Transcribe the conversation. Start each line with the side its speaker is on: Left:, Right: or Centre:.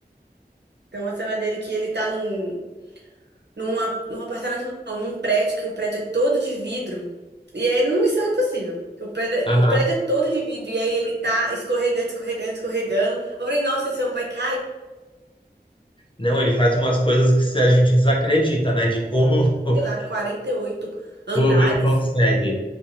Right: Tem uma cena dele que ele tá num, num, a- num apartamento, não, num prédio, que o prédio é todo de vidro. E aí, numa missão impossível. O prédio,
Left: Aham.
Right: o prédio é todo de vidro. E aí ele tá escorregando, escorregando, escorregando. Eu falei, nossa, esse homem vai cair,
Left: Não, ele faz umas coisas que se a gente desacredita, né? De como, <laughs>
Right: sei lá, 48 andares.
Left: como ele consegue.